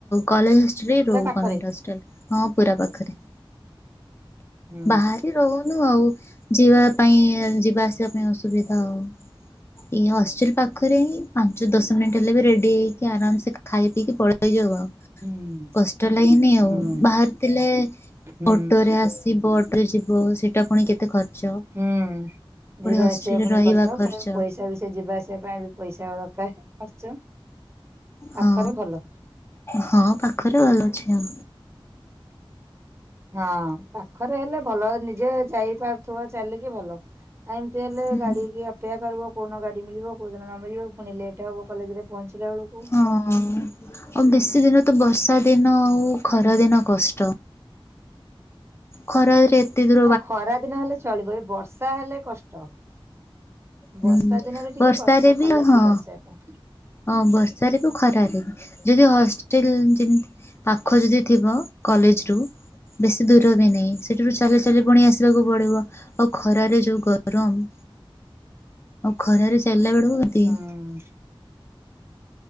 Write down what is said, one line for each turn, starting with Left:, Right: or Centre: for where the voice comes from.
Left: କଲେଜ ହଷ୍ଟାଲରେ
Right: ପୁରା
Left: ରହୁ
Right: ପାଖରେ?
Left: ଗଭର୍ଣ୍ଣମେଣ୍ଟ ହଷ୍ଟାଲ ହଁ ପୁରା ପାଖରେ।
Right: ହୁଁ
Left: ବାହାରି ରହୁନୁ ଆଉ ଯିବା ପାଇଁ ଯିବା ଆସିବା ପାଇଁ ଅସୁବିଧା ଆଉ। ଏଇ ହଷ୍ଟେଲ ପାଖରେ ପାଞ୍ଚ ଦଶ ମିନିଟ୍ ହେଲେ ବି ରେଡି ହେଇକି ଆରାମସ ଖାଇ ପିଇକି ପଳେଇଯିବ ଆଉ
Right: ହୁଁ
Left: କଷ୍ଟ ଲାଗନି
Right: ହୁଁ
Left: ଆଉ ବାହାରିଥିଲେ
Right: ହୁଁ
Left: ଅଟୋରେ ଆସି ଯିବ ଅଟରେ ଯିବ ସେଇଟା ଖର୍ଚ୍ଚ।
Right: ହୁଁ
Left: ପୁଣି
Right: ଯବେ
Left: ହଷ୍ଟେଲରେ
Right: ଆସିବା ପୁଣି
Left: ରହିବା
Right: କଷ୍ଟ
Left: ଖର୍ଚ୍ଚ
Right: ପୁଣି ପଇସା ବିସ ସେ ଯିବା ସେ ପାଇଁ ବି ପଇସା ଦରକାର ଖର୍ଚ୍ଚ। ପାଖରେ
Left: ହଁ
Right: ଭଲ
Left: ହଁ ପାଖରେ ଭଲ ଅଛି ଆ
Right: ହଁ ପାଖରେ ହେଲେ ଭଲ ନିଜେ ଯାଇପାରୁଥିବ ଚାଲିକି ଭଲ। ଏମିତି ହେଲେ
Left: ହୁଁ।
Right: ଗାଡିିକି ପେ କରିବ କେଉଁନ ଗାଡ଼ି ମିଳିବ କେଉଁଦିନ ନ ମିଳିବ ପୁଣି ଲେଟ୍ ହେବ କଲେଜରେ ପହଞ୍ଚିଲା ବେଳକୁ
Left: ହଁ ଆଉ ବେଶୀ ଦିନ ତ ବର୍ଷା ଦିନ
Right: ହୁଁ।
Left: ଆଉ ଖରା ଦିନ କଷ୍ଟ ଖରାରେ ଏତେ ଦ
Right: ନା ଖରା ଦିନ ହେଲେ ଚଳିବ ଏ ବର୍ଷା ହେଲେ କଷ୍ଟ।
Left: ହୁଁ
Right: ବର୍ଷା ଦିନରେ ଟିକେ
Left: ବର୍ଷାରେ
Right: କଷ୍ଟ
Left: ବି
Right: କଲେଜ
Left: ହଁ
Right: ଯିବା ଆସିବା ପାଇଁ।
Left: ହଁ ବର୍ଷାରେ ବି ଖରାରେ
Right: ହୁଁ।
Left: ବି ଯଦି ହଷ୍ଟେଲ ଯେମିତି। ପାଖ ଯଦି ଥିବ କଲେଜ ରୁ। ବେଶୀ ଦୂର ବି ନାହିଁ ସେଠାରୁ ଚାଲି ଚାଲି ପୁଣି ଆସିବାକୁ ପଡିବ ଆଉ ଖରାରେ ଯୋଉ ଗ। ଗରମ ଆଉ ଖରାରେ ଚାଲିଲା ବେଳକୁ କାଦି
Right: ହୁଁ